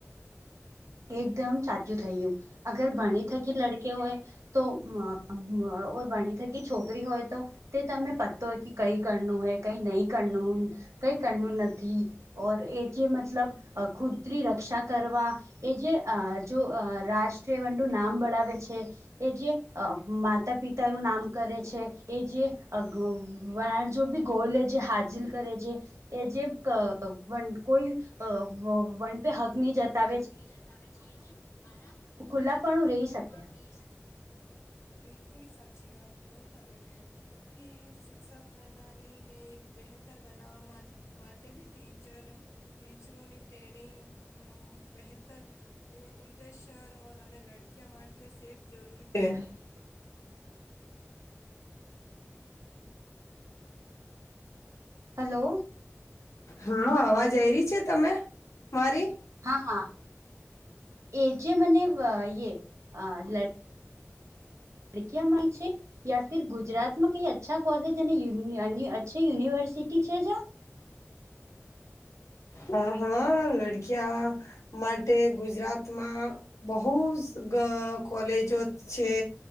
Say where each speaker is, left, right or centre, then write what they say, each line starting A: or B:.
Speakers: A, on the right (about 80°); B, on the left (about 85°).
A: એકદમ સાચું થયું. અગર ભણી થકી લડકે હોય તો અહ-અહ ભણી થકી છોકરી હોય તો તે તમે પતો હોય કી કંઈ કરનું હે, કંઈ નહીં કરનુંન. કંઈ કરનું નથી, ઓર એ જે મતલબ અહ <unintelligible> રક્ષા કરવા એ જે અહ જો અહ રાષ્ટ્રીય વંટું નામ બઢાવે છે. એ જે અહ માતા પિતા નું નામ કરે છે, એ જે <unintelligible> જો બી ગોલ છે હાજિર કરે જે. એ જે વ કોઈ વન પે હક નહી જતા.
B: હગની જતાવે છે એ જે આરામ ખુલી
A: ખુલ્લાપણું રહી
B: ખુલ્લા
A: શકે
B: પાડું રહી શકે. બિલકુલી સાચી વાત કહો તમે બેન કે શિક્ષા પ્રણાલી ને એક બેતર બનાવવા મા માટે બી ટીચર ટીચરોની ટ્રેનિંગ મ બહેતર ઈ ઇન્ટ્રેશર ઓર અને લડકીયા માટે સેફ જરૂરી હે
A: હા, હલો!
B: હ, અવાજ આયવી છે તમે મારી
A: હા, હા, એ જે મને વયે અ લ ડકીયા મળશે. યા ફિર ગુજરાતમાં કઈ અચ્છા કોલેજ અને યુની અની અચ્છી યુનિવર્સિટી છે જા
B: હા, હા, લડકીયા માટે ગુજરાતમાં બહુસ ગ કોલેજો છે.